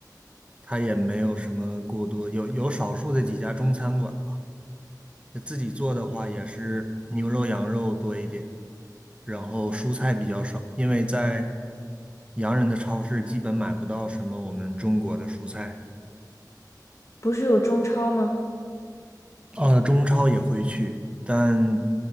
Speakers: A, on the right; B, on the left.
A: 它也没有什么过多，有有少数的几家中餐馆吧。就自己做的话，也是牛肉、羊肉多一点，然后蔬菜比较少，因为在洋人的超市基本买不到什么我们中国的蔬菜。
B: 不是有中超吗？
A: 呃，中超也会去，但